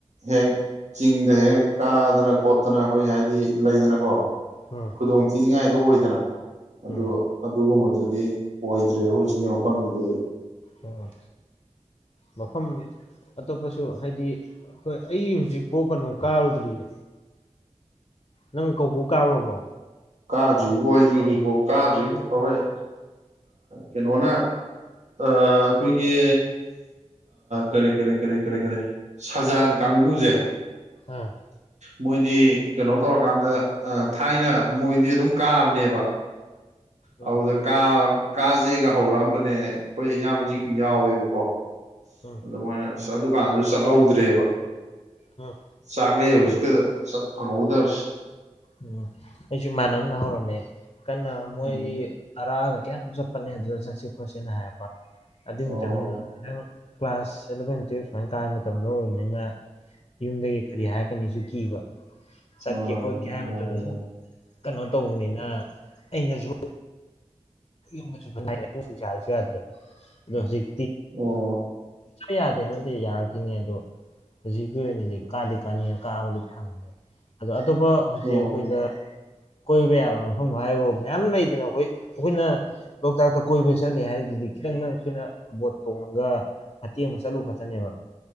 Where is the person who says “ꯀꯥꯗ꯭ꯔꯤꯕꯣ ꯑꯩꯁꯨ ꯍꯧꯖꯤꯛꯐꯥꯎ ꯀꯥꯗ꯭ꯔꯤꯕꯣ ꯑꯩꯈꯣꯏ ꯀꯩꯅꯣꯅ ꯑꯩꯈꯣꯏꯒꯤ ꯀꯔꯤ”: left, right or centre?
Right